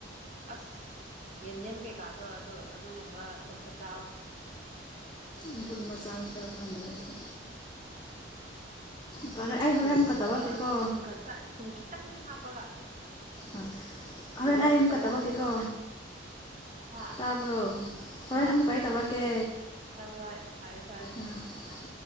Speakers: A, on the right (about 40°); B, on the left (about 25°).
A: ꯑꯁ ꯌꯦꯟꯗꯦꯝ ꯀꯩꯀꯥꯗꯣ ꯑꯗꯣ ꯑꯗꯨꯒꯨꯝꯕ ꯆꯝꯐꯨꯠ ꯆꯥꯎꯑꯣ
B: ꯑꯗꯨꯒꯨꯝꯕ ꯆꯥꯁꯤꯔꯥ ꯈꯪꯗ꯭ꯔꯦ ꯑꯩꯁꯨ ꯐꯔꯦ ꯑꯩ ꯍꯣꯔꯦꯟ
A: ꯊꯨꯝꯒ
B: ꯑꯃꯨꯛꯀ ꯇꯧꯔꯛꯀꯦꯀꯣ
A: ꯊꯨꯝ ꯈꯛꯇ ꯊꯨꯝ ꯈꯤꯇꯪ ꯍꯥꯞꯄꯒ
B: ꯑꯥ ꯍꯣꯔꯦꯟ
A: ꯌꯣꯠꯄ
B: ꯑꯩ ꯑꯃꯨꯛꯀ ꯇꯧꯔꯛꯀꯦꯀꯣ
A: ꯌꯥꯅꯕ ꯍꯥ
B: ꯇꯥꯕ꯭ꯔꯣ ꯍꯣꯔꯦꯟ
A: ꯑꯥ
B: ꯑꯃꯨꯛꯀ ꯑꯩ ꯇꯧꯔꯛꯀꯦ
A: ꯍꯣꯏ ꯍꯣꯏ ꯐꯔꯦ ꯐꯔꯦ
B: ꯑꯥ